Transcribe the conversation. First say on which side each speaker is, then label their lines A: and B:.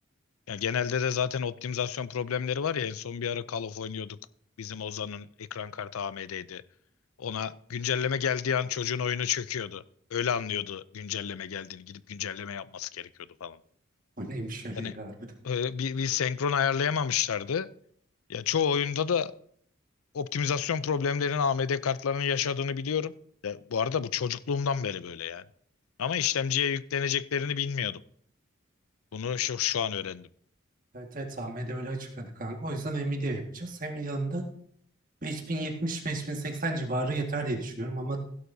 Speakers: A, on the left; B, on the right.
A: Ya genelde de zaten optimizasyon problemleri var ya en son bir ara Call of oynuyorduk. Bizim Ozan'ın ekran kartı AMD'ydi. Ona güncelleme geldiği an çocuğun oyunu çöküyordu. Öyle anlıyordu güncelleme geldiğini. Gidip güncelleme yapması gerekiyordu falan.
B: O neymiş şöyle
A: Yani
B: ya harbiden.
A: e, bir, bir senkron ayarlayamamışlardı. Ya çoğu oyunda da optimizasyon problemlerinin AMD kartlarının yaşadığını biliyorum. Ya bu arada bu çocukluğumdan beri böyle yani. Ama işlemciye yükleneceklerini bilmiyordum. Bunu şu, şu an öğrendim.
B: Evet, evet Ahmet'e öyle açıkladı kanka. O yüzden Nvidia yapacağız. Nvidia'nın da 5070-5080 civarı yeter diye düşünüyorum ama